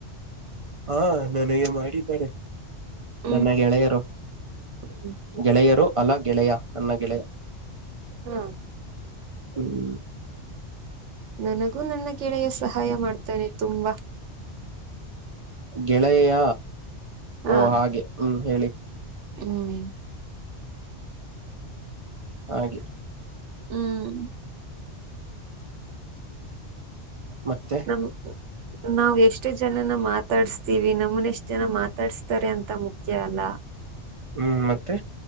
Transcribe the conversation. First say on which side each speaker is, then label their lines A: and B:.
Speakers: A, on the right (about 60°); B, on the right (about 85°).
A: ಹಾ ನನಗೆ ಮಾಡಿದ್ದಾರೆ
B: ಹ್ಮ್
A: ನನ್ನ ಗೆಳೆಯರು
B: ಹ್ಮ್
A: ಗೆಳೆಯರು ಅಲ್ಲ ಗೆಳೆಯ ನನ್ನ ಗೆಳೆಯ
B: ಹಾ
A: ಹ್ಮ್
B: ನನಗೂ ನನ್ನ ಗೆಳೆಯ ಸಹಾಯ ಮಾಡ್ತೇನೆ ತುಂಬಾ
A: ಗೆಳೆಯೆಯ
B: ಹಾ
A: ಓ ಹಾಗೆ ಹ್ಮ್ ಹೇಳಿ
B: ಹ್ಮ್
A: ಹಾಗೆ
B: ಹ್ಮ್
A: ಮತ್ತೆ
B: ನಮ ನಾವವು ಎಷ್ಟು ಜನ ನ್ನ ಮಾತಾಡ್ಸ್ತೀವಿ ನಮನ್ ಎಷ್ಟ್ ಜನ ಮಾತಾಡ್ಸ್ತಾರೆ ಅಂತ ಮುಖ್ಯ ಅಲ್ಲ
A: ಹ್ಮ್ ಮತ್ತೆ